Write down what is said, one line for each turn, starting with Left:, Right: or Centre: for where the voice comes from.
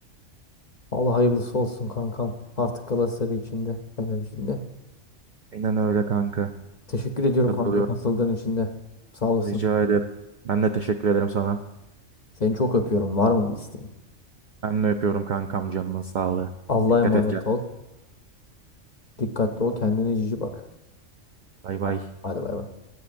Left: Allah hayırlısı olsun kankam. Artık Galatasaray içinde, Fener içinde.
Right: Aynen öyle kanka.
Left: Teşekkür ediyorum
Right: Katılıyorum.
Left: kanka katıldığın için de. Sağ olasın.
Right: Rica ederim. Ben de teşekkür ederim sana.
Left: Seni çok öpüyorum. Var mı bir isteğin?
Right: Ben de öpüyorum kankam canının sağlığı.
Left: Allah'a
Right: Dikkat
Left: emanet
Right: et kendine.
Left: ol. Dikkatli ol. Kendine cici bak.
Right: Bay bay.
Left: Hadi, hadi bay bay.